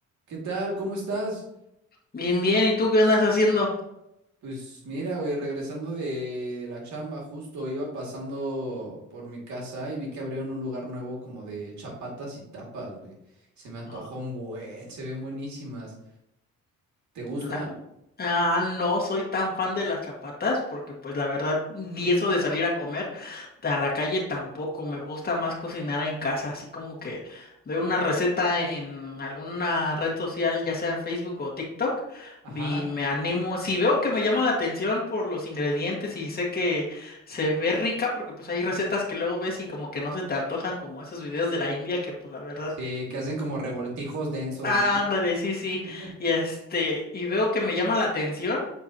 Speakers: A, on the right; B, on the left.
A: ¿Qué tal? ¿Cómo estás?
B: Bien, bien, ¿y tú qué andas haciendo?
A: Pues mira, güey, regresando de, de la chamba, justo iba pasando por mi casa y vi que abrieron un lugar nuevo como de chapatas y tapas, güey. Se me antojó
B: Ah,
A: un buen, se ven buenísimas. ¿Te gustan?
B: la ah, no soy tan fan de las chapatas porque pues la verdad, y eso de salir a comer a la calle tampoco, me gusta más cocinar en casa, así como que veo una receta en alguna red social, ya sea en Facebook o TikTok,
A: Ajá.
B: y me animo, si veo que me llama la atención por los ingredientes y sé que se ve rica, porque pues hay recetas que luego ves y como que no se te antojan como esos videos de la India que pues la verdad...
A: Sí, que hacen como revoltijos densos,
B: Ándale,
A: ¿no?
B: sí, sí.
A: <laughs>
B: Y este, y veo que me llama la atención.